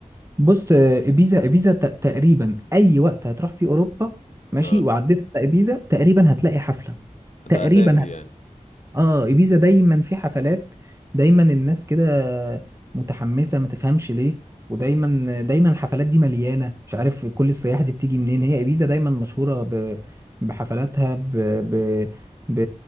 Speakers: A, on the right (about 20°); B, on the left (about 65°).
A: بص آه، ابيزا ابيزا ت- تقريبا اي وقت هتروح في اوروبا ماشي
B: اه
A: وعديت على ابيزا تقريبا هتلاقي حفلة
B: ده
A: تقريبا
B: أساسي يعني
A: اه ايبيزا دايما في حفلات دايما الناس كده متحمسه ما تفهمش ليه ودايما دايما الحفلات دي مليانه مش عارف كل السياح دي بتيجي منين هي ايبيزا دايما مشهوره ب... بحفلاتها ب... ب... ب...